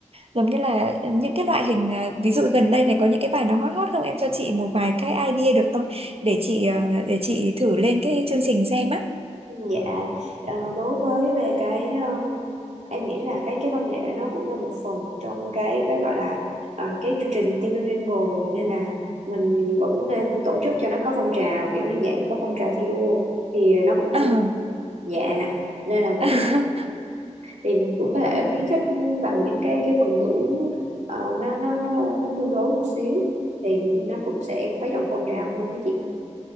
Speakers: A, on the right (about 50°); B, on the right (about 70°).
A: giống như là những cái loại hình à, ví dụ gần đây này có những cái bài nào hot hot không em cho chị một vài cái idea được không để
B: Ừ,
A: chị à, để chị thử lên cái chương trình xem á
B: Dạ à, đối với về cái um, em nghĩ là cái cái văn nghệ nó cũng là một phần trong cái cái gọi là à, cái chương trình team building rồi nên là mình vẫn nên tổ chức cho nó có phong trào kiểu như dạng có phong trào thi đua thì nó cũng
A: à.
B: vui dạ nên là vẫn
A: <laughs>
B: nên thì mình cũng có thể khuyến khích bằng những cái cái phần thưởng ờ, nó, nó nó nó tương đối một xíu thì nó cũng sẽ khuấy động phong trào hơn đó chị